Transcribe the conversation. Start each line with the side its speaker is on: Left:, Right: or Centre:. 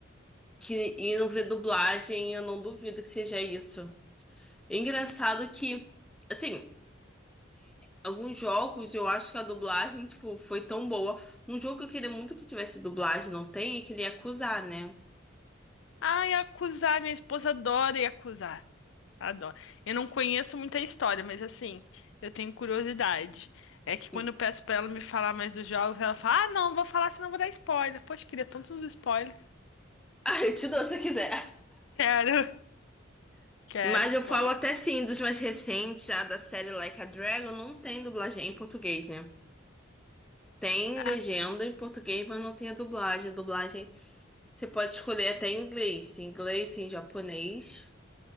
Centre: que e não vê dublagem, eu não duvido que seja isso. É engraçado que, assim. Alguns jogos eu acho que a dublagem, tipo, foi tão boa. Um jogo que eu queria muito que tivesse dublagem, não tem, é que ele ia acusar, né?
Left: Ai, acusar, minha esposa adora acusar. Adora. Eu não conheço muita história, mas assim, eu tenho curiosidade. É que quando
Centre: <laughs>
Left: eu peço pra ela me falar mais dos jogos, ela fala: "Ah, não, vou falar, senão vou dar spoiler". Poxa, queria tantos spoilers.
Centre: Ah, eu te dou se eu quiser.
Left: Quero.
Centre: <laughs>
Left: Quero
Centre: Mas
Left: spoiler.
Centre: eu falo até sim, dos mais recentes, já da série Like a Dragon, não tem dublagem em português, né? Tem
Left: Ah,
Centre: legenda em português, mas não tem a dublagem. A dublagem você pode escolher até em inglês. Tem inglês, tem japonês.